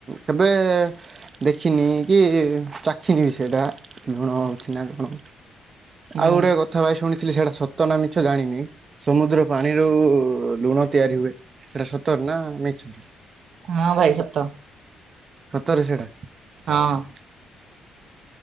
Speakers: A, on the right; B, on the right.
A: କେବେ ଦେଖିନି କି ଚାଖିନି ସେଟା ଲୁଣ ହଉଛି ନା କଣ।
B: ହୁଁ
A: ଆଉ ଗୋଟେ କଥା ଭାଇ ଶୁଣିଥିଲି ସେଟା ସତ ନା ମିଛ ଜାଣିନି। ସମୁଦ୍ର ପାଣିରୁ ଲୁଣ ତିଆରି ହୁଏ ସେଟା ସତରେ ନା ମିଛ?
B: ହଁ ଭାଇ ସତ,
A: ସତରେ ସେଇଟା
B: ହଁ।